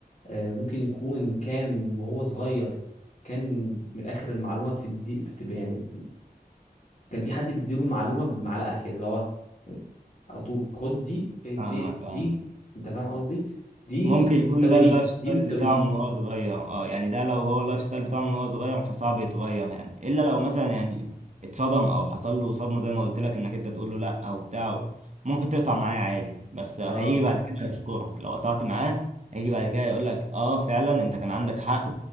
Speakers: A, on the left; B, on the right.
A: آه، ممكن يكون كان وهو صغير كان من الاخر المعلومة بتدي بتبقى يعني كان في حد بيديله المعلومة بالمعلقة كده اللي هو على طول خد دي ايه
B: فاهمك
A: إيه،
B: اه
A: دي انت فاهم قصدي دي
B: ممكن يكون
A: بتساوي
B: ده
A: دي
B: اللايف ستايل
A: دي بتساوي
B: بتاعه
A: دي
B: من وهو صغير اه يعني ده لو هو اللايف ستايل بتاعه من وهو صغير فصعب يتغير يعني الا لو
A: اه
B: مثلا يعني اتصدم او حصل له صدمه زي ما قلت لك انك انت تقول له لا او بتاع ممكن تقطع معاه عادي بس هيجي
A: آه.
B: بعد كده يشكرك لو قطعت معاه هيجي بعد كده يقول لك اه فعلا انت كان عندك حق